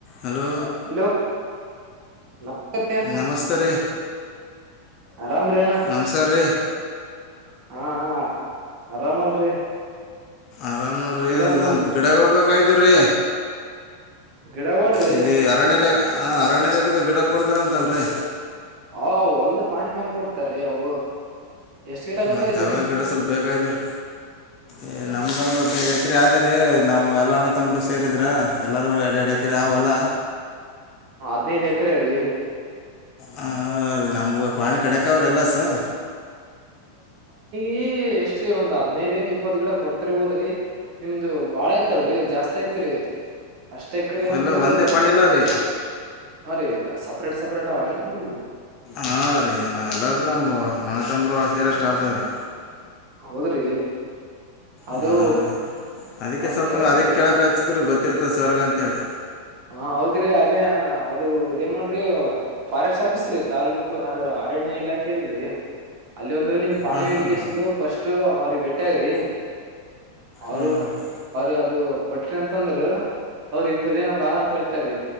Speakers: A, on the left; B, on the right.
A: Hello
B: hello ನಮಸ್ಕಾರ ರೀ
A: ನಮಸ್ತೆರೀ
B: ಆರಾಮ್ರೀ ಅಣ್ಣ
A: ನಮಸ್ಕಾರ್ರೀ
B: ಹಾ ಹಾ ಆರಾಮಲ್ರಿ
A: ಆರಾಮ್ ನೋಡಿರಿ
B: ಕೆಲವೊಂದ್ ನಮ್
A: ಸ್ವಲ್ಪ ಗಿಡಗಳು ಬೇಕಾಯ್ತುರೀ
B: ಗಿಡಗಳ್ರಿ
A: ಇಲ್ಲಿ ಅರಣ್ಯದ ಅರಣ್ಯ ಇಲಾಖೆ ಅಲ್ಲಿ ಗಿಡ ಕೊಡ್ತಾರಂತಲ್ರಿ
B: ಹ ಹೊಲ್ದ ಪಾಣಿ ಮೇಲ್ ಕೊಡ್ತಾರ್ರಿ ಅವು ಎಷ್ಟ್ ಗಿಡ ಬೇಕಾಗಿದ್ರಿ
A: ಮತ್ತೆ ಅವೇ ಗಿಡ ಸ್ವಲ್ಪ ಬೇಕದಾರಿ ಏ ನಮ್ದ ಒಂದು ನಾಕು ಐದು ಎಕ್ರೆ ಆದ್ರೆ ನಮ್ಮ ಎಲ್ಲಾ ಅಣ್ಣ ತಮ್ಮರು ಸೇರಿ ಸೇರಿದ್ರಾ ಎಲ್ಲರೂ ಎರಡ್ ಎರಡು ಎಕರೆ ಹೊಲ
B: ಹದಿನೈದು ಎಕ್ರರೀ
A: ಹಾ ನಮ್ಗೆ ಪಾಣಿ ಕಡಕ್ಕ ಅವ್ರ ಎಲ್ಲಸು
B: ಈ ಎಷ್ಟ್ರೀ ಒಂದ್ ಹದಿನೈದು ಏನ್ ಇಪ್ಪತ್ ಗಿಡ ಕೊಡ್ತಿರ್ಬೋದ್ರಿ ನಿಮ್ದು ಬಾಳ ಐತಲ್ರಿ ಜಾಸ್ತಿ ಐತ್ರಿ ಅಷ್ಟ ಎಕರೆ ಅಂದ್ರ
A: ಎಲ್ಲ ಒಂದೇ ಪಾಣಿ ಇಲ್ಲ ರೀ
B: ಹಾ ರಿ ಸಪರೆೇಟ್ ಸಪರೆಟ್ ಅವಏನ್ರಿ ನಿಮವು
A: ಹಾ ರೀ ನಾವ ಎಲ್ಲಾರೀ ನಮ್ಮ ಅಣ್ಣತಮ್ಮರು ಸೇರಿ ಅಷ್ಟು ಆತರೀ
B: ಹೌದ್ರಿ ಅದು
A: ಹಾರೀ ಅದಕ್ಕೆ
B: ಒಂದ್
A: ಸ್ವಲ್ಪ
B: ಕೆಲ್ಸ
A: ಅದಿಕ್ಕೆ
B: ಇಲ್ಲ
A: ಕೆೇಳಕ್ ಹಚ್ಚಿದ್ರರು ಗೊತ್ತಿರ್ತ ಸರ್ ಗ ಅಂತ ಹೇಳಿ
B: ಹ ಹೌದ್ರಿ ಅದೇ ಅದು ಏನ್ ಮಾಡ್ರಿ ಫಾರೆಸ್ಟ್ ಆಫೀಸ್ ರೀ ತಾಲ್ಲೂಕು ಅದು ಅರಣ್ಯ ಇಲಾಖೆ ಅಲ್ರಿ ಅಲ್ಲಿ ಒಂದು ನಿಮ್ ಪಾಣಿ
A: ಹಾಂ
B: ವೆರಿಫಿಕೇಷನ್
A: ಹಾಂ ರೀ
B: ಫಸ್ಟ್ ಅವ್ರಿಗೆ ಭೇಟಿಯಾಗ್ರಿ ಅವರು
A: ಹಾಂ ರೀ
B: ಅವ್ರ ಅದು ಕೊಟ್ರಿ ಅಂತಂದ್ರ ಅವ್ರಇಂತ ದಿನ ಬಾರ ಅಂತ ಹೇಳ್ತಾರೀ